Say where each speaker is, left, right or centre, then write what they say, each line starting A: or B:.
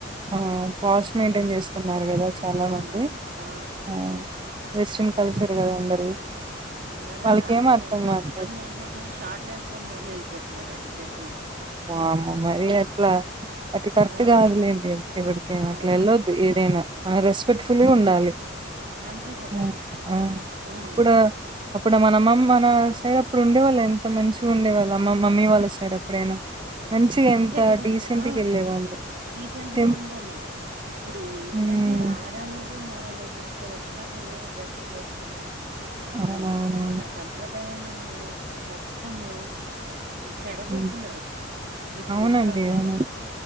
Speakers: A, on the right (about 25°); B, on the right (about 50°).
A: ఆ కాస్ట్ మెయింటైన్ చేస్తున్నారు కదా చాలా
B: అవునవును
A: మంది
B: ఆ
A: ఆ వెస్ట్రన్ కల్చర్ గదా అందరిది
B: ఇవాళ
A: వాళ్ళకేం
B: అందరూ
A: అర్థం
B: కొంతమంది
A: కావట్లేదు
B: ఏంటంటే షార్ట్లే వేస్కొని మరీ వెళ్ళిపోతున్నారండి టెం
A: ఓమ్మ మరేట్లా అది కరెక్ట్
B: ఆ
A: కాదులేండి ఎవడికైనా
B: ఆ
A: అట్లేళ్ళొద్దు ఏదైనా రెస్పెక్ట్ఫుల్గుండాలి
B: అంతే కదా
A: ఉ ఆ
B: ఉమ్
A: ఇప్పుడ అప్పుడు మన మ-మన సైడ్ అప్పుడు ఉండే వాళ్ళ ఎంత మంచిగా ఉండేవాళ్ళ మా మమ్మీ వాళ్ళ సైడ్ అప్పుడైనా మంచిగా
B: అంతే
A: ఎంత
B: కదండి
A: డీసెంట్‌గా
B: ఆ
A: వెళ్ళేవాళ్ళు.
B: డీసెంట్గా
A: టెం
B: ఉండాలి ఇప్పుడు ఏంటంటే
A: హ్మ్.
B: ఆడలేదు మగలేదు ఇష్టమచ్చినట్టు డ్రెస్సులు వేస్కొని అసలు
A: అవునవునవును.
B: మన సంప్రదా ఉదయానన్ని మొత్తము చెడగొడుతున్నారు
A: హ్మ్.
B: అసలు ఇప్పుడున్న
A: అవునండి
B: జనం
A: అవును